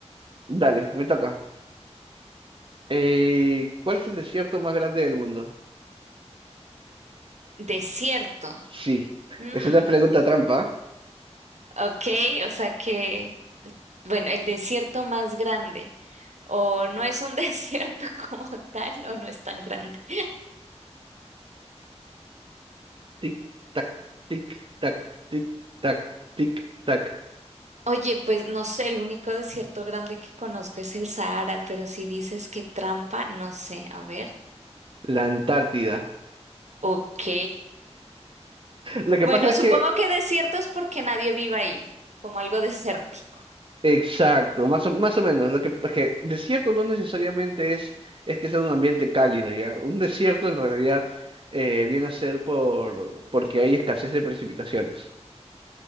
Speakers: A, on the right; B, on the right.
A: Dale, me toca. Eh, ¿cuál es el desierto más grande del mundo?
B: Desierto.
A: Sí,
B: Mm,
A: es una pregunta trampa.
B: ok, o sea que, bueno, el desierto más grande, o no es un <laughs> desierto como tal, o no es tan grande.
A: Tic, tac, tic, tac, tic, tac, tic, tac.
B: Oye, pues no sé, el único desierto grande que conozco es el Sahara, pero si dices que trampa, no sé, a ver.
A: La Antártida.
B: Ok.
A: Lo que
B: Bueno,
A: pasa es
B: supongo
A: que...
B: que desierto es porque nadie vive ahí, como algo desértico.
A: Exacto, más o, más o menos. Lo que, que desierto no necesariamente es, es que sea un ambiente cálido, ¿ya? Un desierto en realidad eh, viene a ser por, porque hay escasez de precipitaciones.